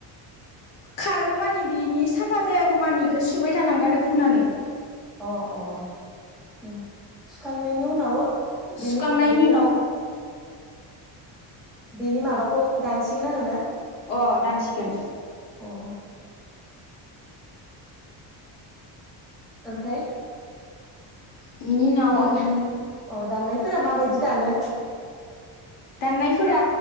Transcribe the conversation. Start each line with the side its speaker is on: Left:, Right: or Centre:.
Left: खारागौ मानि बिनि साफा जायागौ मानि बेखौ सुबाय थानांगौ आरो हुनानै
Centre: अ अ उम सुखांनायनि उनाव बेनि
Left: सुखांनायनि
Centre: बेखौ
Left: उनाव।
Centre: बेनि माबाखौ दानसिगोन आरोना।
Left: अ दानसिगोन
Centre: अ ओमफ्राय?
Left: बेनि उनाव
Centre: दान
Left: उम
Centre: अ दाननायफोरा माबायदि दानो।
Left: दाननायफोरा